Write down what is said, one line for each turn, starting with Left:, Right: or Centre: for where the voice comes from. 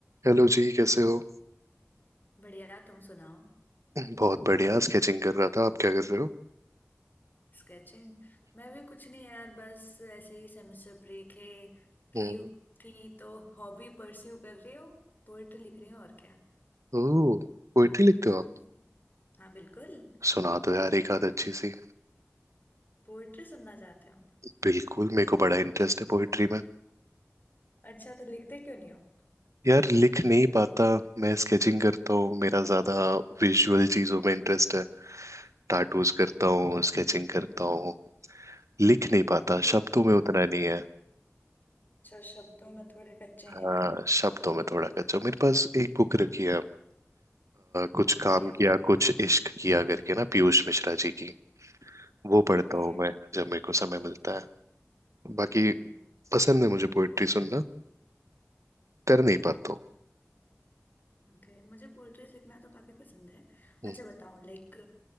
Right: हेलो जी कैसे हो
Left: बढ़िया तुम सुनाओ
Right: बहुत बढ़िया स्केचिंग कर रहा था आप क्या कर रहे हो
Left: स्केचिंग मैं भी कुछ नहीं यार बस ऐसे ही सेमेस्टर ब्रेक है फ्री
Right: हम्म
Left: थी तो हॉबी परस्यू कर रही हूँ पोएट्री लिख रही हूँ और क्या
Right: ओह पोइट्री लिखते हो आप
Left: हम्म। हाँ बिल्कुल
Right: सुना दो यार एक आध अच्छी सी
Left: पोएट्री सुनना चाहते हो
Right: बिल्कुल मेरे को बड़ा इंटरेस्ट है पोइट्री में
Left: अच्छा तो लिखते क्यों नहीं हो
Right: यार लिख नहीं पाता मैं स्केचिंग करता हूँ मेरा ज्यादा विजुअल चीजों में इंटरेस्ट है टाटूज करता हूँ स्केचिंग करता हूँ लिख नहीं पाता शब्दों में उतना नहीं है
Left: अच्छा शब्दों में थोड़े कच्चे
Right: हाँ
Left: हैं आप
Right: शब्दों में थोड़ा कच्चा हूँ। मेरे पास एक बुक रखी है अ, कुछ काम
Left: ओके
Right: किया कुछ इश्क किया करके ना पीयूष मिश्रा जी की वो पढ़ता
Left: ओके
Right: हूँ मैं जब मेरे को समय मिलता है बाकी
Left: हम्म
Right: पसंद है मुझे पोइट्री सुनना कर नहीं पाता हूँ
Left: ओके मुझे पोएट्रीज लिखना तो काफी पसंद है
Right: हम्म,
Left: अच्छा बताओ लाइक